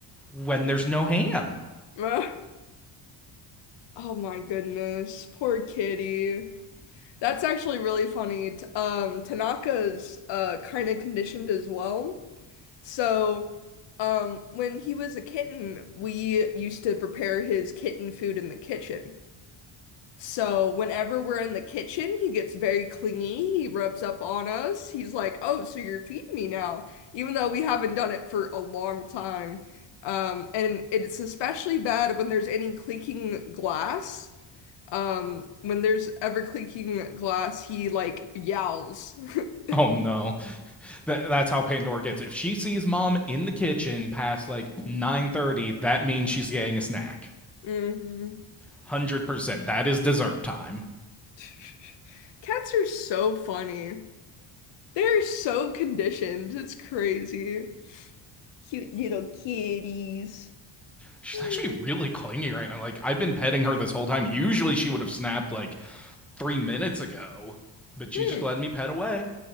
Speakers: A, in the centre; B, on the left.
A: when there's no ham.
B: Ah, Oh my goodness, poor kitty. That's actually really funny. T- Um, Tanaka's uh kind of conditioned as well. So, um, when he was a kitten, we used to prepare his kitten food in the kitchen. So whenever we're in the kitchen, he gets very clingy. He rubs up on us. He's like, "Oh, so you're feeding me now," even though we haven't done it for a long time. Um, and it's especially bad when there's any clinking glass. Um, when there's ever clinking glass, he like yowls. <laughs>
A: Oh no. Th- that's how Pandora gets. If she sees mom in the kitchen past like 9:30, that means she's getting a snack.
B: hmm
A: 100%. That is dessert time.
B: <laughs> Cats are so funny. They're so conditioned. It's crazy. Cute little kitties.
A: She's
B: Meow.
A: actually really clingy right now. Like I've been petting her this whole time. Usually she would have snapped like three minutes ago, but she's
B: Hmm.
A: just letting me pet away.